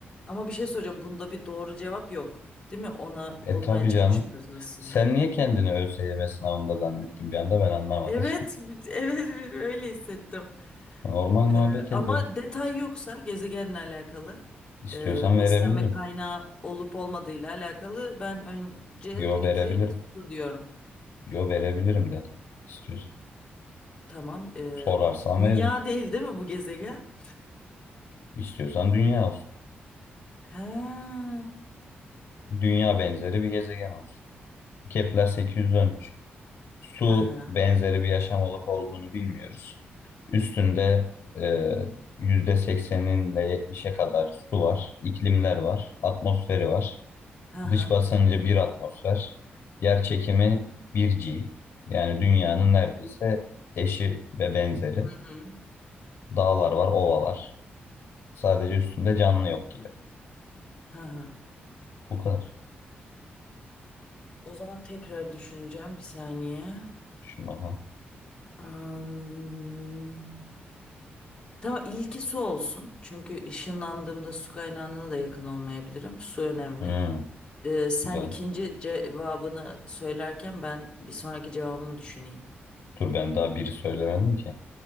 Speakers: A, on the left; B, on the left.
A: ama bir şey soracağım. Bunda bir doğru cevap yok, değil mi? Ona
B: E
A: bulmaya
B: tabii
A: çalışmıyoruz
B: canım.
A: aslında.
B: Sen niye kendini ÖSYM sınavında zannettin bir anda ben anlamadım.
A: Evet, evet evet, öyle hissettim.
B: <laughs> Normal muhabbet
A: Ee, ama
B: ediyoruz.
A: detay yoksa gezegenle alakalı,
B: İstiyorsan
A: e, beslenme
B: verebilirim.
A: kaynağı olup olmadığıyla alakalı ben öncelikli
B: Yo verebilirim.
A: su diyorum.
B: Yo verebilirim dedim. İstiyorsan.
A: Tamam. e,
B: Sorarsan
A: dünya
B: veririm.
A: değil değil mi bu gezegen?
B: İstiyorsan dünya olsun.
A: Ha.
B: Dünya benzeri bir gezegen olsun. Kepler 813. su
A: Ha ha.
B: benzeri bir yaşam olup olduğunu bilmiyoruz. Üstünde e, %80'in ile 70'e kadar su var, iklimler var, atmosferi var.
A: Ha
B: Dış
A: ha.
B: basıncı bir atmosfer, yer çekimi bir g Yani dünyanın neredeyse eşi ve benzeri.
A: Hı hı.
B: Dağlar var, ovalar. Sadece üstünde canlı yok gibi.
A: Ha ha.
B: Bu kadar.
A: O zaman tekrar düşüneceğim bir saniye.
B: Şu maha.
A: Am, tamam ilki su olsun. Çünkü ışınlandığımda su kaynağına da yakın olmayabilirim. Su önemli.
B: Hmm,
A: Ee, sen
B: güzel.
A: ikinci cevabını söylerken ben bir sonraki cevabımı düşüneyim.
B: Dur ben daha biri söylemedim ki.